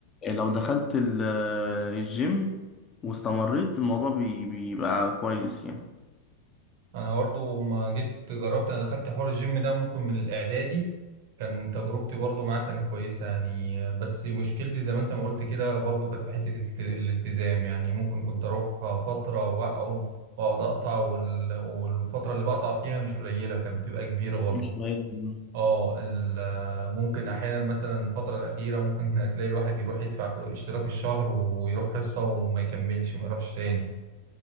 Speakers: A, on the left (about 25°); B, on the right (about 50°).
A: لو دخلت ال- الجيم واستمريت الموضوع بي- بيبقى كويس يعني
B: انا برضو ما جيت جربت انا دخلت حوار الجيم ده ممكن من الاعدادي كان تجربتي برضو معاه كانت كويسه يعني بس مشكلتي زي ما انت ما قلت كده برضو كانت في حته الت- الالتزام يعني ممكن كنت اروح فتره واقعد واقعد اقطع وال- والفتره اللي بقطع فيها مش قليله كانت بتبقى كبيره برضو
A: مش قليل منه.
B: اه ال- ممكن احيانا مثلا الفتره الاخيره ممكن <laughs> تلاقي الواحد يروح يدفع في اشتراك الشهر ويروح حصه وما يكملش ما يروحش تاني